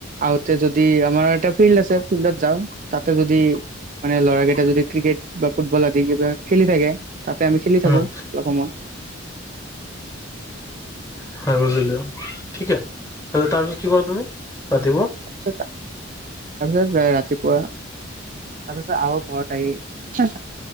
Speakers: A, on the right (about 40°); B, on the left (about 15°).
A: আহোঁতে যদি আমাৰ এটা ফিল্ড আছে ফিল্ডত যাওঁ। তাতে যদি মানে ল'ৰা কেইটা যদি ক্ৰিকেট বা ফুটবল আদি কিবা খেলি থাকে। তাতে আমি খেলি
B: উম
A: থাকোঁ অলপ সময়।
B: ঠিকে তাৰপিছত কি কৰা তুমি ৰাতিপুৱা।
A: তাৰপিছত তাৰপিছত ৰাতিপুৱা। তাৰপিছত আৰু ঘৰত আহি